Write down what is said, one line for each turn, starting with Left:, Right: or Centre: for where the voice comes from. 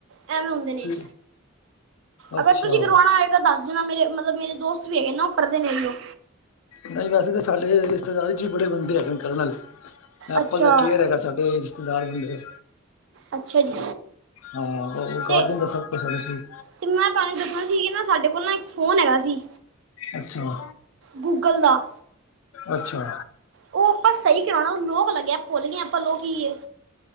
Right: ਐਵੇਂ ਹੁੰਦੇ ਨੇ
Left: ਠੀਕ ਅੱਛਾ
Right: ਅਗਰ ਤੁਸੀਂ ਕਰਵਾਉਣਾ ਹੋਏਗਾ ਦੱਸ ਦੇਣਾ ਮੇਰੇ ਮਤਲਬ ਮੇਰੇ ਦੋਸਤ ਵੀ ਹੈਗੇ ਨਾ ਉਹ ਕਰਦੇ ਅਹਿਹੋ
Left: ਨਹੀਂ ਵੈਸੇ ਤਾਂ ਸਾਡੇ ਰਿਸ਼ਤੇਦਾਰ ਚ ਵੀ ਬੜੇ ਬੰਦੇ ਹੈਗੇ ਕਰਨ ਨਾਲ ਐਪਲ
Right: ਅੱਛਾ
Left: ਦਾ ਕੇਅਰ ਹੈਗਾ ਸਾਡੇ ਰਿਸ਼ਤੇਦਾਰ ਬੰਦੇ ਆ
Right: ਅੱਛਾ ਜੀ
Left: ਹਾਂ ਉਹ ਕਰ
Right: ਤੇ
Left: ਦਿੰਦਾ ਸਭ ਕੁਛ ਠੀਕ
Right: ਤੇ ਮੈਂ ਤੁਹਾਨੂੰ ਦੱਸਣਾ ਸੀ ਕਿ ਨਾ ਸਾਡੇ ਕੋਲ ਨਾ ਇੱਕ ਫੋਨ ਹੈਗਾ ਸੀ
Left: ਅੱਛਾ
Right: ਗੂਗਲ ਦਾ
Left: ਅੱਛਾ
Right: ਉਹ ਆਪਾਂ ਸਹੀ ਕਰਉਣਾ ਲੋਕ ਲੱਗਿਆ ਭੁੱਲ ਗਏ ਆਪਾਂ ਲੋਕ ਕੀਏ